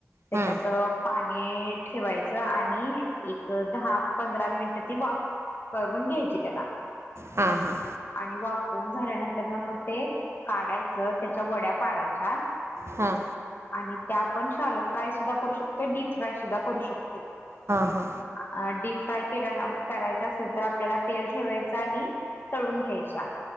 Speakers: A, on the right (about 55°); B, on the left (about 45°).
A: हां
B: त्यात पाणी ठेवायचं आणि एक दहा पंधरा मिनिट ती वाफ करून घ्यायची त्याला.
A: हां-हां.
B: आणि वाफवून झाल्यानंतर ना मग ते काढायचं त्याच्या वड्या पाडायच्या
A: हा
B: आणि त्या आपण शालू फ्राय सुद्धा करू शकतोय डीप फ्राय सुद्धा करू शकतोय.
A: हा-हा.
B: अ डीप फ्राय केल्या करायच्या असेल तर आपल्याला तेल ठेवायचं आणि तळून घ्यायच्या